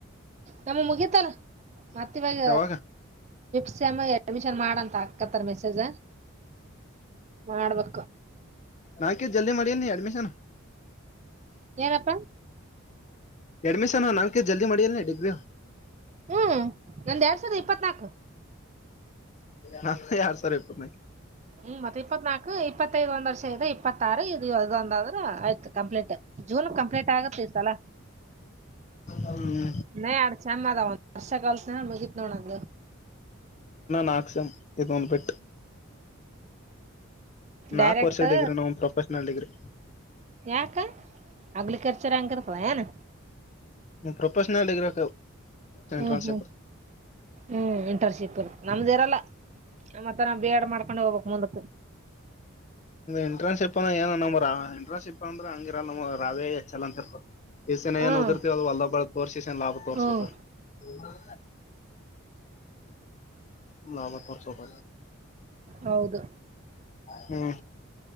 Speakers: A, on the right (about 30°); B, on the left (about 35°).
A: ನಮ್ಮ ಮುಗಿತಾರ ಮತ್ತ ಇವಾಗ.
B: ಯಾವಾಗ
A: ಸ ಎಮ ಅಡ್ಮಿಷನ್ ಮಾಡಂತ ಹಾಕತ್ತಾರ ಮೆಸೇಜ ಮಾಡ್ಬೇಕು.
B: ನಾಕ ಜಲ್ದಿ ಮಾಡಿ ನೀ ಅಡ್ಮಿಶನ್.
A: ಏನಪ್ಪ
B: ಎಡ್ಮಿಷನ್ ನಾಕ ಜಲ್ದಿ ಮಾಡಿಯಲ್ಲ ಡಿಗ್ರಿ
A: ಹ್ಮ್ ನಂದು ಎರಡ್ ಸಾವಿರದ ಇಪ್ಪತ್ನಾಕು
B: ಹಾ ಯಾರು ಸರ್ ಇಪ್ಪನ
A: ಹ್ಮ್ ಮತ್ತತ್ ಇಪ್ಪತ್ ನಾಲ್ಕು ಇಪ್ಪತ್ತೈದ ಒಂದ ವರ್ಷ ಇದೆ ಇಪ್ಪತ್ತಾರು ಇದು ಇದದೊಂದಾದ್ರ ಆಯ್ತು ಕಂಪ್ಲೀಟ್ ಜೂನ್ ಕಂಪ್ಲೀಟ್ ಆಗ ಪಲೀಸ್ ಅಲ್ಲ
B: ಹ್ಮ್
A: ನ ಅಡ್ ಚ ಮಾರ ಒಂದಂದು ವರ್ಷ ಕಲ್ಸ ಮುಗತ್ ನೋಡಂದು
B: ನಾಕ್ಕ್ಷಂ ಇದುಮಲ್ಪೆಟ್ಟ ನಾಕು
A: ಡೈರೆಕ್ಟ್
B: ವರ್ಷ ಡಿಗ್ರಿ ನ ಪ್ರೊಫೆಷನಲ್ ಡಿಗ್ರಿ
A: ಯಾಕ ಅಗ್ಲಿ ಕರ್ಚರ ಹಂಗರ್ತದ ಏನ್
B: ಪ್ರೊಫೆಷನಲ್ಗರ
A: ಹ್ಮ್
B: ಟ್ರಾಸ್ೇಪರ್
A: ಹ್ಮ್ ಹ್ಮ್ ಇಂಟರ್ನ್ಶಿಪ್ ಇರು ನಮ್ದ ಇರಲ್ಲ ಆ ಮತ್ತ ನಾ ಬೇಡ ಮಾಡ್ಕೊಂಡು ಹೋಗ್ಕ್ ಮುಂದಕ್
B: ಎಂಟ್ರನ್ಸ್ ಶಿಪ್ ಅ ಏ ನಮ ಎಂಟ್ರನ್ಸ್ ಶಿಪ್ ಅಂದ್ರೆ ಹಂಗಿರ ನ ರಾವೇ ಚಲ ಅಂತಿರ ಈಸನ್ ಏನ್
A: ಹ್ಮ್
B: ದಿರ್ತೇವ ಅದು ಅಲ್ಲಾ ಬಳ ತೋರ್ಸಿ ಈಸೇನ್ ಲಾಭ ತೋರ್ಬೇಕರಿ
A: ಹ್ಮ್
B: ಗ ನಮ್ಮ ತಸೊಕ
A: ಹೌದು
B: ಹ್ಮ